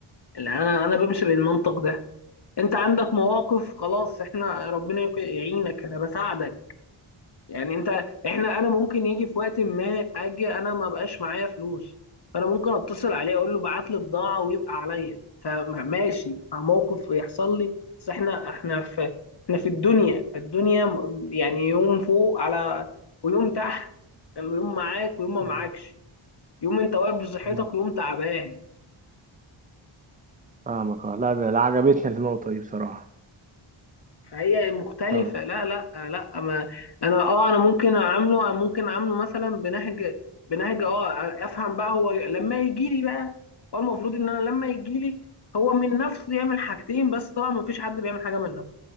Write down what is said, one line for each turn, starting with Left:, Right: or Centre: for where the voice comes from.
Left: اللي انا انا بمشي بالمنطق ده انت عندك مواقف خلاص احنا ربنا يك- يعينك انا بساعدك يعني انت احنا انا ممكن يجي في وقت ما اجي انا ما بقاش معايا فلوس فانا ممكن اتصل عليه اقول له بعت لي بضاعه ويبقى عليا فماشي مع موقف يحصل لي بس احنا احنا في احنا في الدنيا فالدنيا م- يعني يوم فوق على ويوم تحت يوم معاك ويوم ما معاكش
Right: آه.
Left: يوم انت واقف بصحتك
Right: مم.
Left: ويوم تعبان
Right: فاهمك آه. لا ده ده عجبتني النقطة دي بصراحة
Left: فهي مختلفة
Right: فاهم
Left: لا لا لا ما انا اه انا ممكن اعامله أنا ممكن اعامله مثلا بنهج بنهج اه افهم بقى هو لما يجي لي بقى هو المفروض ان انا لما يجي لي هو من نفسه يعمل حاجتين بس طبعا ما فيش حد بيعمل حاجة من نفسه